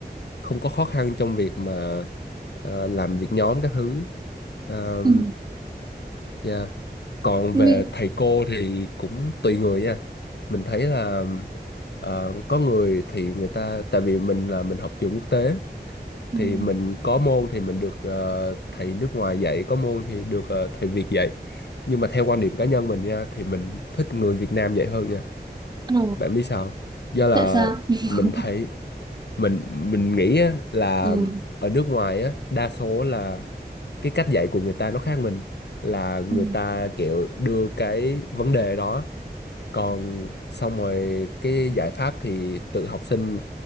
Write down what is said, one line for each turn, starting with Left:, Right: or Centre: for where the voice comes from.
Left: không có khó khăn trong việc mà à, làm việc nhóm các thứ Ờ,
Right: Ừ.
Left: dạ. Còn
Right: Mình
Left: về thầy cô thì cũng tùy người nha mình thấy là ờ, có người thì người ta tại vì mình là mình học trường quốc tế
Right: mình
Left: thì mình có môn thì mình được ờ, thầy nước ngoài dạy có môn thì được ờ, thầy Việt dạy nhưng mà theo quan điểm cá nhân mình nha thì mình thích người Việt Nam dạy hơn nha
Right: ừ.
Left: bạn biết sao do là
Right: Tại sao? <laughs>
Left: mình thấy mình mình nghĩ á, là
Right: Ừ.
Left: ở nước ngoài á đa số là cái cách dạy của người ta nó khác mình là người
Right: Ừ.
Left: ta kiểu đưa cái vấn đề đó còn xong rồi cái giải pháp thì tự học sinh